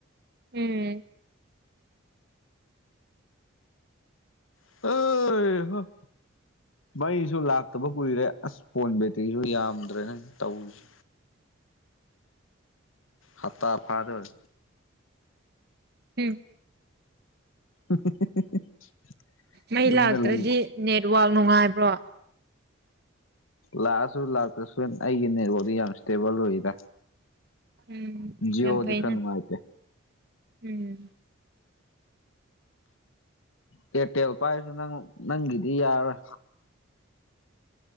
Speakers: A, on the right; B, on the left.
A: ꯎꯝ
B: <unintelligible> ꯃꯩꯁꯨ ꯂꯥꯛꯇꯕ ꯀꯨꯏꯔꯦ ꯑꯁ ꯐꯣꯟ ꯕꯦꯇ꯭ꯔꯤꯁꯨ ꯌꯥꯝꯗ꯭ꯔꯦꯅꯦ ꯇꯧꯔꯤꯁꯦ ꯍꯞꯇꯥ ꯐꯥꯗꫭꯔꯦ
A: ꯎꯝ
B: <unintelligible>
A: ꯃꯩ
B: ꯌꯨꯝꯗ
A: ꯂꯥꯛꯇ꯭ꯔꯗꯤ
B: ꯂꯩ
A: ꯅꯦꯠꯋꯥꯛ ꯅꯨꯡꯉꯥꯏꯕ꯭ꯔꯣ
B: ꯂꯥꯛꯑꯁꯨ ꯂꯥꯛꯇ꯭ꯔꯁꯨ ꯑꯩꯒꯤ ꯅꯦꯠꯋꯗꯤ ꯌꯥꯝ ꯏꯁꯇꯦꯕꯜ ꯑꯣꯏꯗ
A: ꯎꯝ
B: ꯖꯤ
A: ꯌꯥꯝ
B: ꯑꯣꯗꯤ
A: ꯐꯩꯅ
B: ꯈꯔ ꯅꯨꯡꯉꯥꯢꯇꯦ
A: ꯎꯝ
B: ꯀꯔꯇꯦꯜ ꯄꯥꯏꯔꯁꯨ ꯅꯪ ꯅꯪꯒꯤꯗꯤ ꯌꯥꯔꯣꯏ